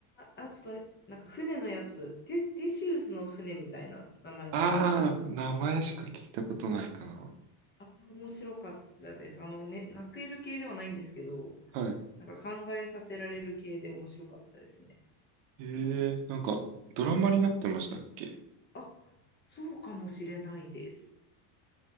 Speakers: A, on the left; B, on the right.
A: あ、ちょっと、なんか船のやつ、テ、テシウスの船みたいな名前の本が、
B: あー、なんか名前しか聞いたことないかな。
A: あれ面白かったです。あのね、泣ける系ではないんですけど、
B: はい。
A: なんか考えさせられる系で面白かったですね。
B: えー、なんか、ドラマになってましたっけ
A: あ、そうかもしれないです。